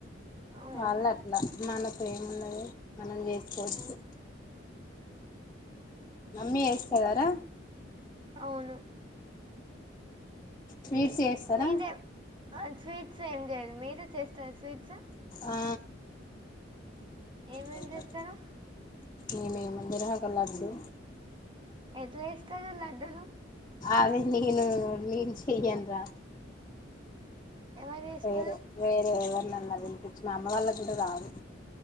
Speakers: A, on the right (about 25°); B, on the left (about 20°).
A: అవును
B: వాల్ల అట్లా మనతో ఏమున్నది మనం జేసుకోవచ్చు
A: ఉమ్
B: మమ్మీ ఏస్తదరా
A: అవును
B: స్వీట్స్ చేస్తారా
A: మీదె స్వీట్స్ ఏం చేయరు మీరే చేస్తారు స్వీట్స్
B: ఆ
A: ఏమేమి
B: ఆ
A: చేస్తారు
B: ఏ మేము గురహక లడ్డు
A: ఎట్లా చేస్తారు లడ్డూలు
B: అదే నేను మీరు చేయండ్ర
A: ఎవరు చేస్తారు
B: వేరే వేరే ఎవరినన్నా విని మామ వాళ్ల ఈడు రాదు